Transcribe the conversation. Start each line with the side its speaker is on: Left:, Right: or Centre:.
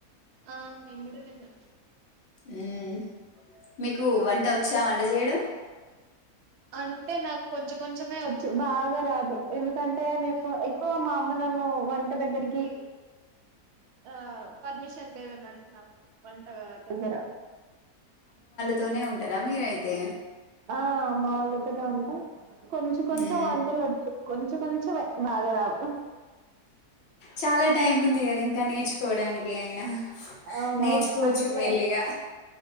Right: ఆ నేను కూడ తిన్నా
Left: ఉమ్మ్ మీకు వంట వచ్చా వంట చేయడం
Right: అంటే నాకు కొంచెం కొంచెమే వచ్చు బాగా రాదు ఎందుకంటే నేను ఎక్క ఎక్కవ మా అమ్మ నన్ను వంట దగ్గరికి ఆ పర్మిషన్ లేదు అన్నట్టు నాకు వంటగా తొందర
Left: తునే ఉంటారా మీరయితే
Right: ఆ అమ్మ వాళ్ళతోనే ఉంటా కొంచెం కొంచెం
Left: హ్మ్
Right: వంటలు వొచ్చు. కొంచెం కొంచెమే బాగా రావు హ్
Left: చాలా టైం ఉంది కదా ఇంకా నేర్చుకోవడానికి అయినా.
Right: అవునవును
Left: నేర్చుకోవచ్చు
Right: అందుకే
Left: మెల్లిగా